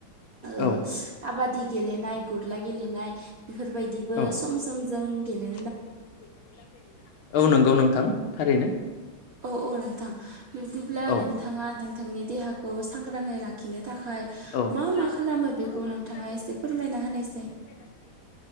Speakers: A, on the right; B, on the left.
A: काबादि
B: औ
A: गेलेनाय गुरला गेलेनाय बेफोरबायदिबो
B: औ
A: सम सम जों गेले
B: <unintelligible> औ नंगौ नोंथां थारैनो
A: औ-औ नोंथां बिब्दिब्ला
B: औ
A: नोंथाङा नोंथांनि देहाखौ सांग्राङै लाखिनो थाखाय
B: औ
A: मा मा खालामो बेखौ
B: मा-मा
A: नोंथाङा
B: खालामो
A: एसे
B: बेखौ
A: फोरमायना
B: नोंथाङा
A: होनायसै
B: एसे फोरमायना होनै